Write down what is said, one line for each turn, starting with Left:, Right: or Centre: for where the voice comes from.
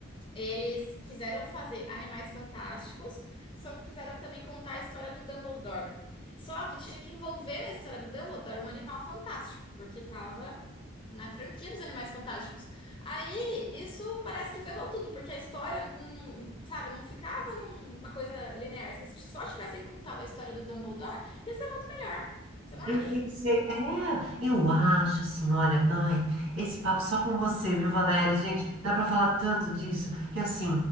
Left: Eles quiseram fazer Animais Fantásticos, só que quiseram também contar a história do Dumbledore. Só que tinha que envolver na história do Dumbledore um animal fantástico, porque tava na franquia dos Animais Fantásticos. Aí isso parece que ferrou tudo, porque a história, hum, sabe, não ficava numa coisa linear. Se só tivessem contado a história do Dumbledore, ia ser muito melhor. Você não
Right: Eu
Left: acha?
Right: pensei, é, eu acho assim, olha, ai, esse papo só com você, viu, Valéria? Gente, dá pra falar tanto disso que assim,